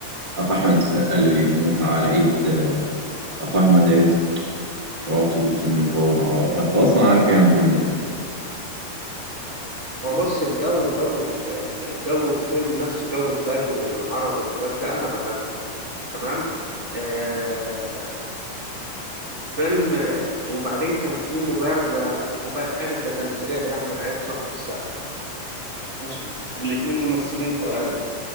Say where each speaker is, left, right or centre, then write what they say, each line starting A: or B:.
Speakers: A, on the right; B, on the right.
A: اخو احمد السقا اللي بيموت على ايد آه، اخو احمد عز وعطل في المدارة وانت اصلا عارف يعني الفيلم ده
B: هو بص الجو جو الجو الفيلم نفسه جو البدو والعرب والحاجات ده انا بحبه تمام آه فيلم وبعدين كان في مبارزة مبارزة تمثيلية بين أحمد عز وأحمد السقا ماشي الاتنين ممثلين تقال